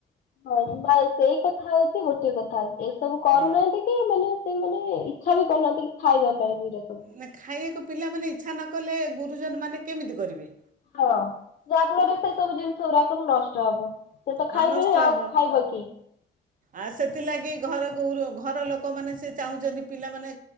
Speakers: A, on the left (about 45°); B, on the right (about 40°).
A: ହଁ ସେଇ କଥା ହଉଛି ଗୋଟେ କଥା ହଉଛି ଏସବୁ କରୁନାହାନ୍ତି।
B: ହଁ
A: ସେ ମାନେ, ସେ ମାନେ ଇଚ୍ଛା ବି କରୁନାହାନ୍ତି କି ଖାଇବା ପାଇଁ ବି ପିଲା ସବୁ।
B: ନା ଖାଇବାକୁ ପିଲାମାନେ ଇଚ୍ଛା ନ କଲେ ଗୁରୁଜନ ମାନେ କେମିତି କରିବେ।
A: ହଁ ଯାହା ଫଳରେ ସେ ସବୁ ଜିନିଷ ଗୁଡା ସବୁ ନଷ୍ଟ ହବ। ସେ ତ
B: ହଁ
A: ଖାଇବେନି
B: ନଷ୍ଟ
A: ଆଉ
B: ହବ।
A: ଖାଇବ କିଏ?
B: ଆ ସେଥିଲାଗି ଘର ଗୋର ଘର ଲୋକମାନେ ସେ ଚାହୁଁଛନ୍ତି ପିଲାମାନେ।